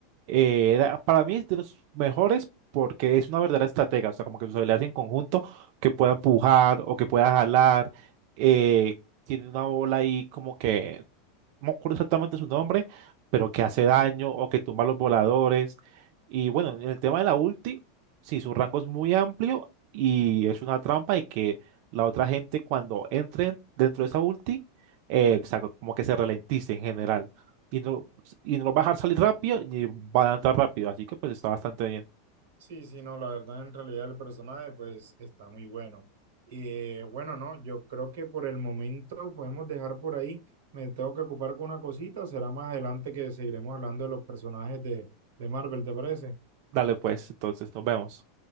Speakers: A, on the right; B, on the right.
A: eh, era para mí es de los mejores porque es una verdadera estratega, o sea, como que sus habilidades en conjunto que pueda empujar o que pueda jalar, eh, tiene una bola ahí como que no me acuerdo exactamente su nombre, pero que hace daño o que tumba los voladores. Y bueno, en el tema de la ulti, sí, su rango es muy amplio y es una trampa y que la otra gente cuando entre dentro de esa ulti, eh, o sea, como que se ralentice en general. Y no, y no va a dejar salir rápido ni va a entrar rápido, así que pues está bastante bien.
B: Sí, sí, no, la verdad, en realidad el personaje pues está muy bueno. Y eh, bueno, no, yo creo que por el momento podemos dejar por ahí. Me tengo que ocupar con una cosita, será más adelante que seguiremos hablando de los personajes de, de Marvel, ¿te parece?
A: Dale pues, entonces nos vemos.